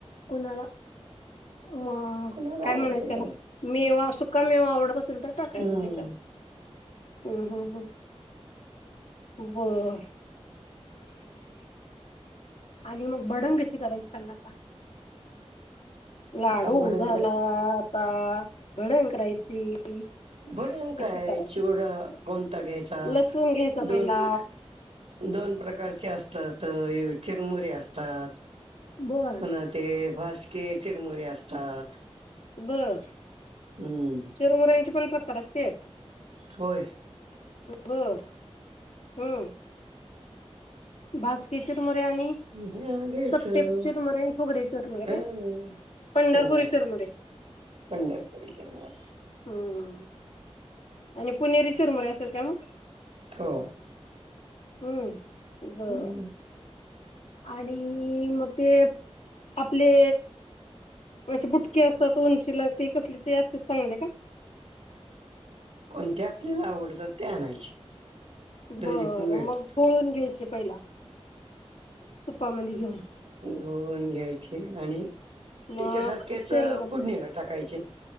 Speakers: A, on the left; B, on the right.
A: कुणाला, म
B: कोणाला
A: काय
B: आवडतंय
A: म्हणायचं त्याला, मेवा सुका, मेवा आवडत असेल तर, टाकायचं
B: हम्म
A: त्याच्या मध्ये, हम्म हम्म हम्म. बर. आणि मग भडंग कशी करायची सांगाल का? लाडू
B: आता भडंग
A: झाला,
B: कशा
A: आता भडग करायची.
B: भडण
A: कशी
B: काय?
A: करायची
B: चिवडा कोणता घ्यायचा,
A: लसूण घ्यायचा
B: दोन
A: पहिला
B: प्रकार दोन प्रकारचे असतात, चिरमुरे असतात,
A: बर
B: पुन्हा ते भाासके चिरमुरे असतात.
A: बरं.
B: हम्म.
A: चीरमुर यांचे पण प्रकार असते.
B: होय.
A: बर हम्म, भाजके चीर मुरे आन
B: ह्या घ्यायचं
A: सत्ते चिरमुरे आणि फोगरी चिरमुरे
B: हं.
A: काय? पंढरपुरी
B: हो
A: चुरमुरे.
B: पंढरपुरी चुरमुरे.
A: हम्म हम्म हम्म. आणि पुणेरी चुरमुरे असेल काय मग.
B: हो.
A: हम्म
B: हम्म.
A: बर. आणि मग ते, आपले अे बुटके असतात उंचीला ते कसले, ते असते चांगले का?
B: कोणते आपल्याला आवडतं ते आणायचे. दोन्ही
A: बर,
B: पण मिळतात
A: मग घोळून घ्यायचे पहिला, सुपामध्ये घेऊन.
B: घोळून घ्यायचे, आणि त्याच्यासारखेच
A: मग शेंगदाणे
B: फोडणीला टाकायचे.